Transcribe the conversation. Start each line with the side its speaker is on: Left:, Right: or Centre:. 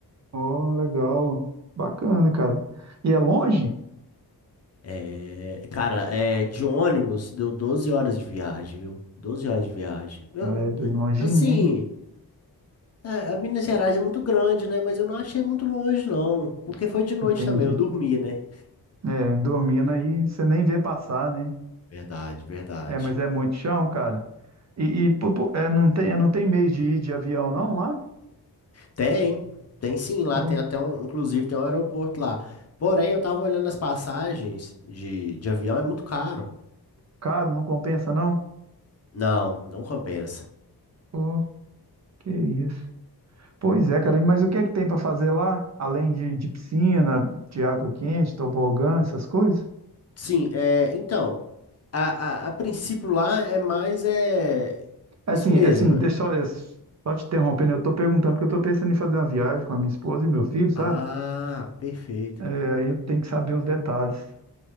Right: oh, legal. Bacana, cara. E é longe?
Left: É, cara, é, de ônibus deu 12 horas de viagem, viu? doze horas de viagem. Eu-
Right: Ah, é bem
Left: eu-
Right: longinho,
Left: Assim...
Right: hein?
Left: É, a Minas Gerais é muito grande, né? Mas eu não achei muito longe, não. Porque foi de noite
Right: Entendi.
Left: também, eu dormi, né?
Right: É, dormindo aí, você nem vê passar, né?
Left: Verdade, verdade.
Right: É, mas é muito chão, cara. E, e, pô, pô, é, não tem, é, não tem meio de ir de avião, não, lá?
Left: Tem, tem sim, lá
Right: Ô,
Left: tem até um, inclusive tem um aeroporto lá. Porém, eu tava olhando as passagens de, de avião, é muito caro.
Right: cara, não compensa, não?
Left: Não, não compensa.
Right: Pô, que isso. Pois é, cara, mas o que é que tem pra fazer lá? Além de, de piscina, de água quente, tobogã, essas coisas?
Left: Sim, é, então, a, a, a princípio lá é mais, é,
Right: É
Left: isso
Right: Assim,
Left: mesmo.
Right: é assim, deixa só, é, só te interrompendo, eu tô perguntando porque eu tô pensando em fazer uma viagem com a minha esposa e meu filho, sabe?
Left: Ah, perfeito.
Right: É, aí eu tenho que saber uns detalhes.